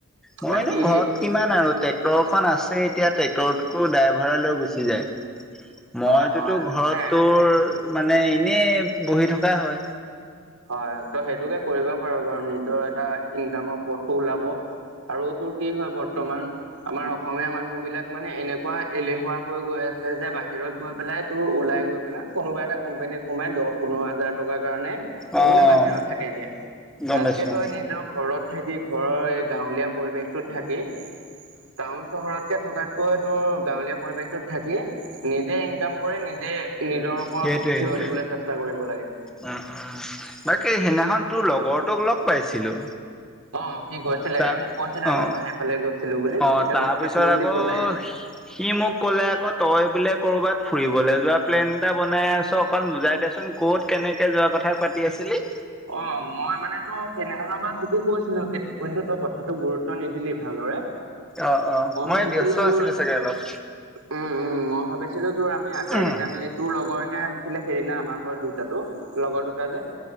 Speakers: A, in the centre; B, on the right (about 85°).
A: মই
B: বাকী
A: নো ঘৰত কিমান আৰু ট্ৰেক্টৰখন আছে এতিয়া ট্ৰেক্টৰটোকো ড্ৰাইভাৰলৈ গুচি যায়। মইটোতো
B: হয় হয়
A: ঘৰত
B: এ
A: তোৰ মানে এনেই বহি থকা হয়।
B: হয় ত সেইটোকে কৰিব পাৰো বাৰু নিজৰ এটা ইনকামৰ পথো ওলাব। আৰু তোৰ কি হয় বৰ্তমান। আমাৰ অসমীয়া মানুহ বিলাক মানে এনেকুৱা এলেহুৱা হৈ গৈ আছে যে বাহিৰত গৈ পেলাই তোৰ ওলাই গৈ, কোনোবা এটা কোম্পানীত সোমাই দহ পোন্ধৰ হাজাৰ টকাৰ কাৰণে চব
A: অ'
B: মানে বাহিৰত থাকেগে।
A: গম
B: তাতকে
A: পাইছো
B: তই
A: উম,
B: নিজৰ ঘৰত থাকি ঘৰৰ এই গাঁৱলীয়া, পৰিৱেশটোত থাকি টাউন চহৰতকে থকাতকৈ, তোৰ গাঁৱলীয়া পৰিৱেশটোত থাকি, নিজে ইনকাম কৰি নিজে নিজৰ ওপৰত
A: সেইটোৱে সেইটোৱে।
B: থিয় দিবলৈ চেষ্টা কৰিব লাগে।
A: উম- উম বাকী সেইদিনাখন তোৰ লগৰটোক লগ পাইছিলো।
B: অ, কি গৈছিলে
A: তাক
B: এই মোক কৈছিলে
A: অ',
B: তহঁতে সেইফালে গৈছিলো বুলি।
A: অ'
B: তেতিয়া
A: তাৰপিছত
B: লগ পাইছিলো বুলি
A: আকৌ
B: কলে।
A: সি মোক কলে, আকৌ তই বোলে কৰবাত ফুৰিবলৈ যোৱা প্লেন এটা বনাই আছ। অকমান বুজাই দে চোন কত কেনেকে, যোৱা কথা পাতি আছিলি?
B: অ, মই মানে টো সেইদিনা তোকো কৈছিলো। কিন্তু তই কথাটোক গুৰুত্ব নিদিলি ভালদৰে।
A: অ- অ মই
B: ভাবিছিলো
A: ব্যস্ত
B: তোৰ
A: আছিলো চাগে অলপ।
B: উম- উম, মই ভাবিছিলো তোৰ আমি আটাই
A: উম,
B: কেইটা মিলি তোৰ লগত, যে আহিছিলে সেইদিনা আমাৰ ঘৰত দুটাটো লগৰ দুটা যে।